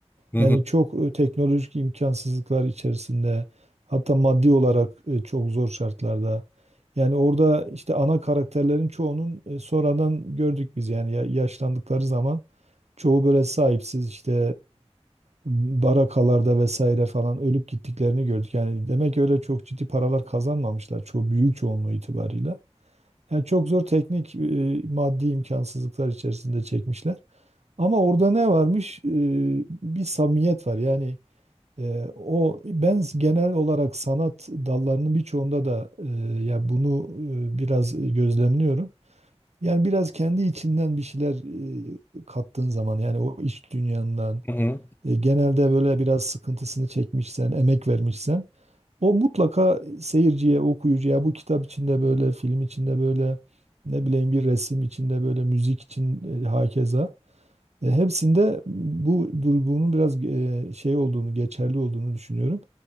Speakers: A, on the left; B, on the right.
A: hı
B: Yani
A: hı,
B: çok e, teknolojik imkansızlıklar içerisinde hatta maddi olarak e, çok zor şartlarda. Yani orada işte ana karakterlerin çoğunun e, sonradan gördük biz yani ya- yaşlandıkları zaman çoğu böyle sahipsiz işte e, barakalarda vesaire falan ölüp gittiklerini gördük. Yani demek ki öyle çok ciddi paralar kazanmamışlar çoğu büyük çoğunluğu itibarıyla. Yani çok zor teknik e, maddi imkansızlıklar içerisinde çekmişler. Ama orada ne varmış? Ee, bir samimiyet var. Yani e, o ben genel olarak sanat dallarının birçoğunda da e, ya bunu e, biraz gözlemliyorum. Yani biraz kendi içinden bir şeyler e, kattığın zaman yani o iç dünyandan
A: hı hı.
B: e, genelde böyle biraz sıkıntısını çekmişsen, emek vermişsen o mutlaka seyirciye, okuyucuya bu kitap içinde böyle, film içinde böyle ne bileyim bir resim içinde böyle, müzik için e, hakeza. E, hepsinde bu durgunun biraz e, şey olduğunu, geçerli olduğunu düşünüyorum.